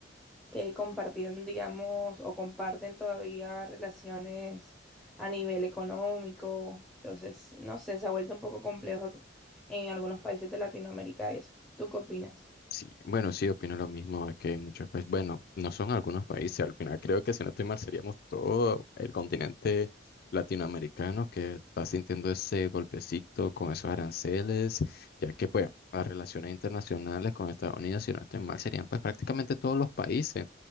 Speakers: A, in the centre; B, on the left.
A: que compartían, digamos, o comparten todavía relaciones a nivel económico. Entonces, no sé, se ha vuelto un poco complejo en algunos países de Latinoamérica eso. ¿Tú qué opinas?
B: Sí, bueno, sí, opino lo mismo, es que en muchos países, bueno, no son algunos países, al final creo que si no estoy mal seríamos todo el continente latinoamericano que está sintiendo ese golpecito con esos aranceles, ya que pues las relaciones internacionales con Estados Unidos, si no estoy mal, serían pues prácticamente todos los países,